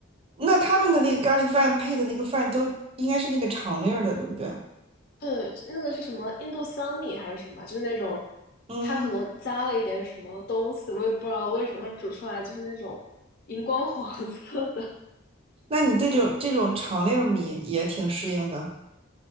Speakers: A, on the right; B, on the left.
A: 那他们的那个咖喱饭配的那个饭都应该是那个长粒儿的，对不对？
B: 对，那个是什么印度香米还是什么？就是那种，
A: 嗯，
B: 它可能加了一点什么东西，我也不知道为什么它煮出来就是那种荧光黄色的。
A: 那你对这种这种长粒儿米也挺适应的。